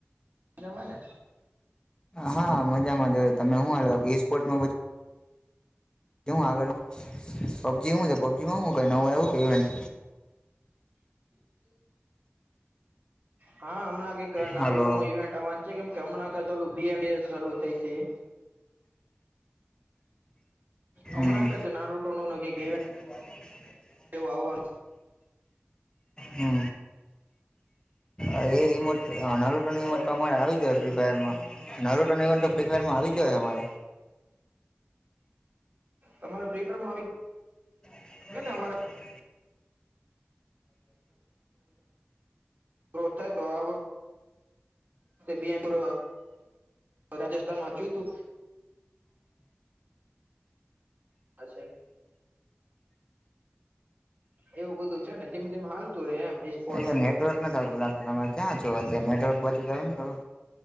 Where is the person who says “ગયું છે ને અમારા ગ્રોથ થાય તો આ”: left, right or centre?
Right